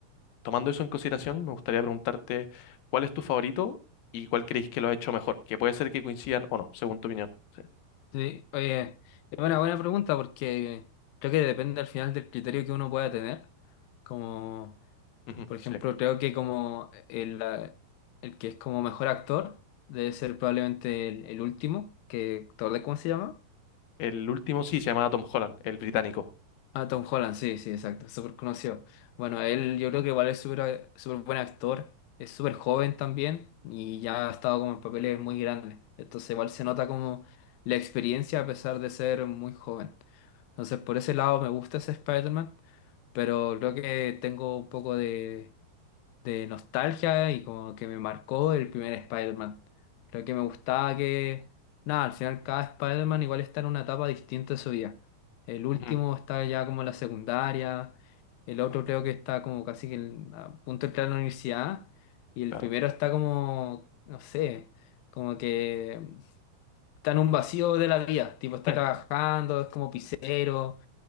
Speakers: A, on the left; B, on the left.
A: tomando eso en consideración, me gustaría preguntarte cuál es tu favorito y cuál creéis que lo ha hecho mejor, que puede ser que coincidan o no, según tu opinión. Sí.
B: Sí, oye, es una buena pregunta porque creo que depende al final del criterio que uno pueda tener. Como,
A: Ujú,
B: por ejemplo,
A: sí.
B: creo que como el, eh, el que es como mejor actor debe ser probablemente el, el último, que, ¿te acordás cómo se llama?
A: El último sí se llamaba Tom Holland, el británico.
B: Ah, Tom Holland, sí, sí, exacto, súper conocido. Bueno, él yo creo que igual es súper súper buen actor, es súper joven también y ya ha estado como en papeles muy grandes. Entonces igual se nota como la experiencia a pesar de ser muy joven. Entonces por ese lado me gusta ese Spider-Man, pero creo que tengo un poco de, de nostalgia y como que me marcó el primer Spider-Man. Lo que me gustaba que, nada, al final cada Spider-Man igual está en una etapa distinta de su vida. El último
A: Ujú,
B: está ya como en la secundaria, el otro creo que está como casi que en- a punto de entrar a la universidad y el
A: claro.
B: primero está como, no sé, como que está en un vacío de la vida, tipo está
A: Ujú,
B: trabajando, es como pisero.